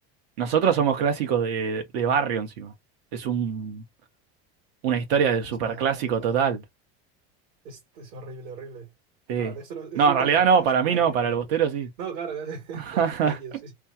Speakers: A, on the right; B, on the right.
A: Nosotros somos clásicos de, de barrio encima. Es un, una historia de superclásico
B: Ya, ya, ya,
A: total.
B: ya. Es, es horrible, horrible.
A: Sí.
B: No, de eso, no- de
A: No,
B: eso
A: en realidad
B: te levantas
A: no, para
B: hasta
A: mí no,
B: que le
A: para
B: ganes
A: el Bostero
B: otro.
A: sí.
B: No, claro, <laughs>
A: <laughs>
B: para ellos, sí.